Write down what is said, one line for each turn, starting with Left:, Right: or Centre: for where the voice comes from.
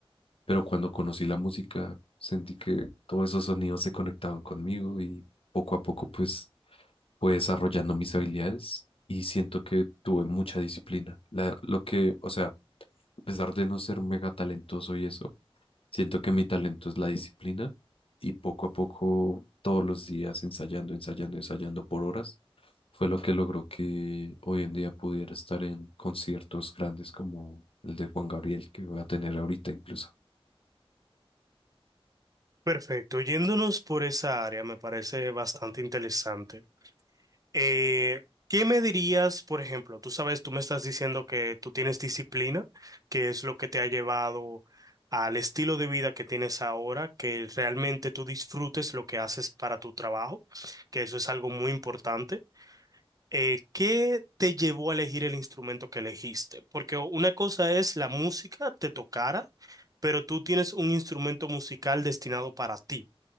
Left: Pero cuando conocí la música, sentí que todos esos sonidos se conectaban conmigo y poco a poco pues fue desarrollando mis habilidades y siento que tuve mucha disciplina. La- lo que, o sea, a pesar de no ser mega talentoso y eso, siento que mi talento es la disciplina y poco a poco, todos los días ensayando, ensayando, ensayando por horas, fue lo que logró que hoy en día pudiera estar en conciertos grandes como el de Juan Gabriel que voy a tener ahorita incluso.
Right: Perfecto, yéndonos por esa área me parece bastante interesante. Eh, ¿qué me dirías, por ejemplo? Tú sabes, tú me estás diciendo que tú tienes disciplina, que es lo que te ha llevado al estilo de vida que tienes ahora, que realmente tú disfrutes lo que haces para tu trabajo, que eso es algo muy importante. Eh, ¿qué te llevó a elegir el instrumento que elegiste? Porque una cosa es la música, te tocara, pero tú tienes un instrumento musical destinado para ti.